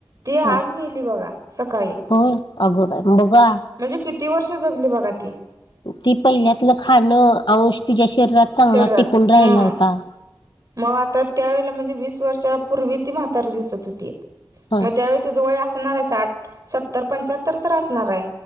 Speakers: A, on the right; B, on the left.
A: ती आज
B: हा
A: मेली बघा सकाळी.
B: होय अगो बाई बघा
A: म्हणजे किती वर्ष जगली बघा ती.
B: ती पहिल्यातलं खाणं अंश तिच्या शरीरात चांगला
A: शरीरात
B: टिकून राहिला
A: हा
B: होता.
A: मग आता त्यावेळेला म्हणजे वीस वर्षापूर्वी ती म्हातारी दिसत होती
B: हा
A: मग त्यावेळी. तिच वय असणार आहे साठ-सत्तर-पंच्याहत्तर तर असणार आहे.